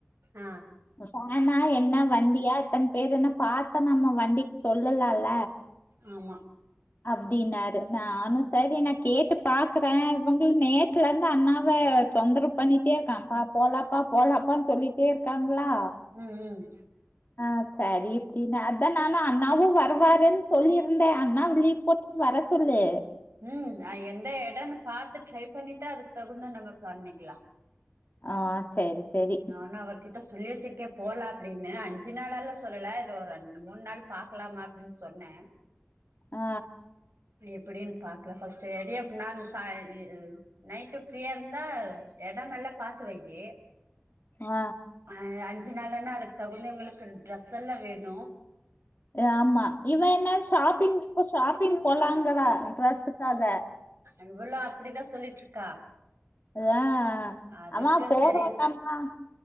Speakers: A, on the right (about 80°); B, on the left (about 50°).
A: ஆ
B: வேனா என்ன வண்டியா எத்தன பேருன்னு பாத்தா நம்ம வண்டிக்கு சொல்லலால
A: ஆமா
B: அப்டின்னாரு நானு சேரி நா கேட்டு பாக்குறே இவங்களு நேத் ல இருந்து அண்ணாவ தொந்தரவு பண்ணிட்டே இருக்கா போலாப்பா போலாப்பான்னு சொல்லி டே இருக்காங்களா
A: ம் ம்
B: ஆ செரி இப்டின்னு அதா நானு அண்ணாவு வருவாருன்னு சொல்லிருந்தே அண்ணா லீவ் போட்டு வர சொல்லு
A: ம் அது எந்த எடன்னு பாத்து ட்ரை பண்ணிட்டா அதுக்கு தகுந்தா நம்ம பண்ணிக்கலா
B: ஆ சேரி சேரி
A: நானு அவர் கிட்ட சொல்லி வெச்சிருக்கே போலா அப்டின்னு அஞ்சு நாளால்லா சொல்லல இது ஒரு ரெண்டு மூணு நாள் பாக்கலாமா அப்டின்னு சொன்னே
B: ஆ
A: எப்டின்னு பாக்லா ஃபஸ்ட்டு <unintelligible> நைட்டு ஃப்ரீயா இருந்தா எடமெல்லா பாத்து வையி
B: ஆ
A: ஆ அஞ்சு நாளன்னா அதுக்கு தகுந்தவுங்களுக்கு டிரெஸ் எல்லா வேணு
B: ஆமா இவ என்ன ஷாப்பிங்க்கு ஷாப்பிங் போலாங்கறா டிரெஸ்சுக்காக
A: இவளு அப்பிடிதா சொல்லிட்டு இருக்கா
B: அதா
A: அதுக்கு
B: அவா போறா
A: சரி
B: எடமெல்லா